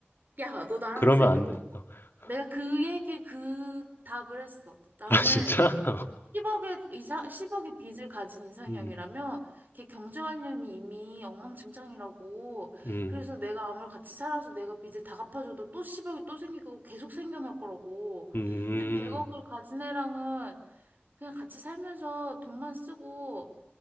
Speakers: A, on the right; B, on the left.
A: 야, 너 나랑
B: 그러면
A: 생각
B: 안 돼.
A: 똑같
B: 어. <laughs>
A: 내가 그 얘기, 그 답을 했어. 나는
B: 아, 진짜? 어.
A: 10억의 이상, 십억의 빚을 가진 이상형이라면
B: 음,
A: 걔 경제관념이 이미 엉망진창이라고.
B: 음,
A: 그래서 내가 아무리 같이 살아서 내가 빚을 다 갚아줘도 또 10억이 또 생기고 계속 생겨날 거라고.
B: 음. 음,
A: 근데 100억을
B: 음.
A: 가진 애랑은 그냥 같이 살면서 돈만 쓰고